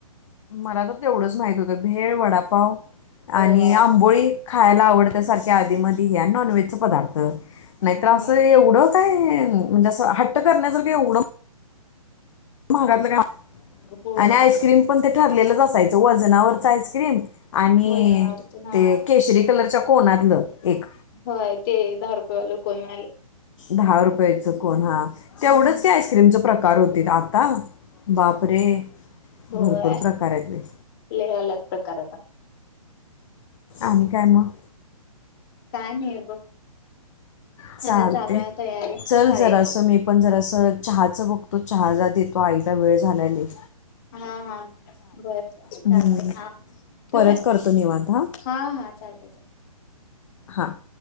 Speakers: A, on the left (about 55°); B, on the left (about 35°).
A: मला तर तेवढंच माहित होतं भेळ वडापाव
B: होय
A: आणि आंबोळी. खायला आवडत सारख्या आधीमध्ये हे नॉनव्हेज च पदार्थ नाहीत
B: हम्म
A: असं एवढं काय म्हणजे असं हट्ट करण्या जर काही एव्हड महागातलं काय
B: होय
A: आणि आईस्क्रीम पण ते ठरलेलंच असायच. त वजनावरच आईस्क्रीम आणि
B: वरणावरच हा
A: ते केशरी कलरच्या कोनातलं एक
B: होय ते दहा रुपय वाल कोण
A: दहा रुपयाच कोण हा तेवढंच
B: हम्म
A: का आईस्क्रीम करू <unintelligible> तील आता बापरे
B: होय
A: भरपूर प्रकार आहेत बे.
B: अलग अलग प्रकारचा
A: आणि काय मग
B: काय नाही बघ
A: चालतय
B: आता चालू आहे तयारी
A: चल
B: शाळेची
A: जरास मी पण जरासं चहाचं बघत, तो चहा देतो आईला वेळ झालाय लई.
B: हा हा बर बर चालतय
A: हम्म.
B: हा ठिवू
A: परत
B: काय?
A: करतो निवांत हां
B: हा हा चालतय चालतंय.
A: हां